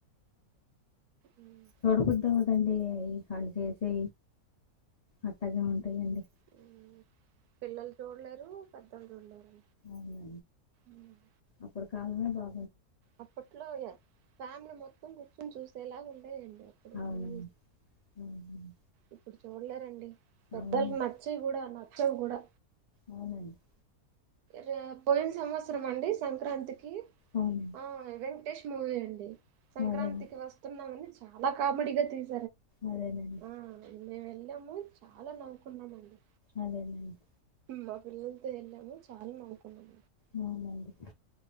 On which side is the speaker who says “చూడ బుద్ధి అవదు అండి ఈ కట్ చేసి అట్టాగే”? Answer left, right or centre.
Left